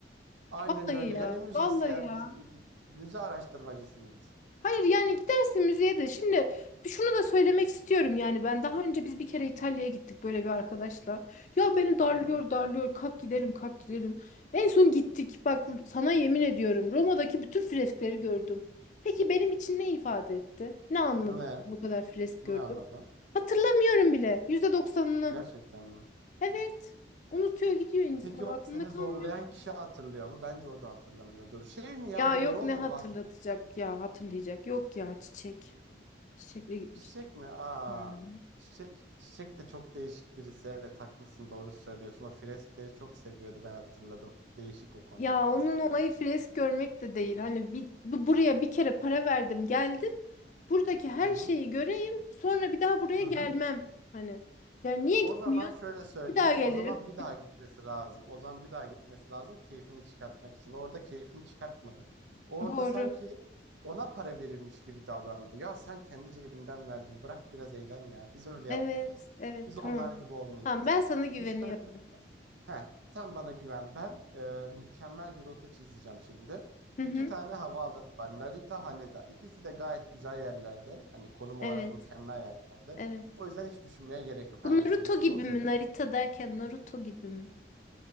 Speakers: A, on the right; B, on the left.
A: Aynen
B: Vallahi
A: öyle.
B: ya
A: Ya ne müzesi
B: vallahi
A: ya?
B: ya.
A: Biz m- müze araştırmacısı mıyız?
B: Hayır yani gidersin müzeye de. Şimdi şunu da söylemek istiyorum yani ben daha önce biz bir kere İtalya'ya gittik böyle bir arkadaşla. Ya beni darlıyor
A: Hı hı.
B: darlıyor kalk gidelim kalk gidelim. En son gittik bak sana yemin ediyorum Roma'daki bütün freskleri gördüm. Peki benim için ne ifade etti? Ne anladım
A: Ne?
B: bu kadar fresk
A: Ne
B: gördüm?
A: anladın?
B: Hatırlamıyorum bile yüzde doksanını
A: Gerçekten mi?
B: Evet unutuyor gidiyor insan
A: Peki
B: aklında
A: o seni
B: kalmıyor
A: zorlayan
B: ki.
A: kişi hatırlıyor mu? Bence o da hatırlamıyordur. Şey mi ya
B: Ya
A: bu
B: yok
A: Erol
B: ne
A: mu
B: hatırlatacak
A: bahsetmiştin?
B: ya hatırlayacak yok ya çiçek. Çiçekle gitmiştik.
A: Çiçek mi? Aa,
B: Hmm.
A: Çiçek, Çiçek de çok değişik birisi. Evet haklısın doğru söylüyorsun. O freskleri çok seviyordu ben hatırladım. Değişik o konuda
B: Ya
A: biraz.
B: onun olayı fresk görmek de değil. Hani bir, bu- buraya bir kere para verdim geldim. Buradaki her
A: Hı hı.
B: şeyi göreyim. Sonra bir daha buraya
A: Hı
B: gelmem.
A: hı.
B: Hani yani niye
A: O
B: gitmiyorsun?
A: zaman şöyle söyleyeyim.
B: Bir daha gelirim.
A: O zaman bir daha gitmesi lazım. O zaman bir daha gitmesi lazım keyfini çıkartmak için. Orada keyfini çıkartmadı. Orada
B: Doğru.
A: sanki ona para verilmiş gibi davrandı. Ya sen kendi cebinden verdin. Bırak biraz eğlen ya. Biz öyle
B: Evet,
A: yapmayacağız.
B: evet
A: Biz
B: tamam.
A: onlar gibi olmayacağız.
B: Tamam ben sana güveniyorum.
A: Biz şöyle yapacağız. Heh, sen bana güven. Ben e, mükemmel bir rota çizeceğim şimdi.
B: Hı hı.
A: İki tane havaalanı var. Narita, Haneda. İkisi de gayet güzel yerlerde. Hani konum
B: Evet,
A: olarak mükemmel yerlerde.
B: evet.
A: O yüzden hiç düşünmeye gerek yok.
B: Bu
A: Hangisi
B: Naruto
A: olursa
B: gibi
A: olsun
B: mi?
A: diyorum.
B: Narita derken Naruto gibi mi?